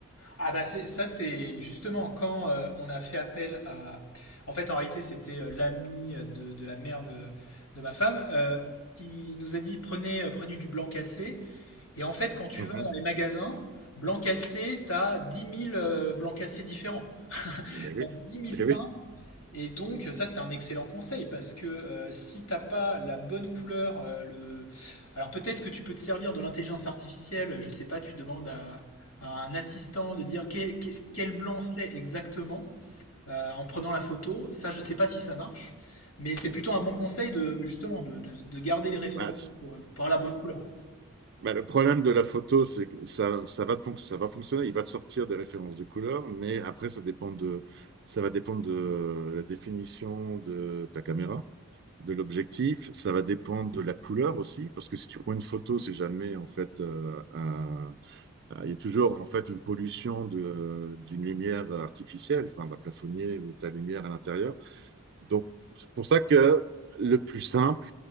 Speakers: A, on the left; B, on the right.
A: Ah bah c'est ça c'est justement quand euh, on a fait appel à en fait en réalité c'était euh, l'ami de, de la mère de, de ma femme Euh, il nous a dit prenez euh, prenez du blanc cassé Et en fait, quand tu
B: Mmh
A: vas dans
B: mh.
A: les magasins, blanc cassé, t'as dix mille euh, blancs cassés différents.
B: oui,
A: T'as dix mille
B: beh
A: teintes.
B: oui.
A: Et donc, ça, c'est un excellent conseil parce que euh, si t'as pas la bonne couleur, euh, le... alors peut-être que tu peux te servir de l'intelligence artificielle. Je sais pas, tu demandes à, à un assistant de dire quel, qu'est-ce- quel blanc c'est exactement euh, en prenant la photo. Ça, je sais pas si ça marche, mais c'est plutôt un bon conseil de justement de, de- de garder les références
B: Bah,
A: pour, pour avoir la bonne couleur.
B: Bah, le problème de la photo, c'est que ça, ça va, te fonc- ça va fonctionner, il va te sortir des références de couleurs, mais après, ça dépend de, ça va dépendre de la définition de ta caméra, de l'objectif, ça va dépendre de la couleur aussi, parce que si tu prends une photo, c'est jamais, en fait, euh, un- ah, il y a toujours, en fait, une pollution de, d'une lumière artificielle, enfin, d'un plafonnier ou de ta lumière à l'intérieur. Donc, c'est pour ça que le plus simple,